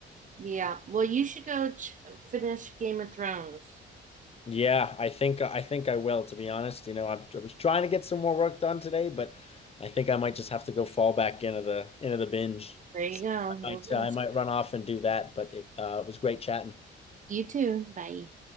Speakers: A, on the right; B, on the left.
A: yeah. Well, you should go ch- finish Game of Thrones.
B: Yeah, I think I think I will, to be honest. You know, i I was trying to get some more work done today, but I think I might just have to go fall back into the into the binge.
A: There you
B: So
A: go. Go
B: I might
A: finish.
B: uh, I might run off and do that, but it uh, was great chatting.
A: You too. Bye.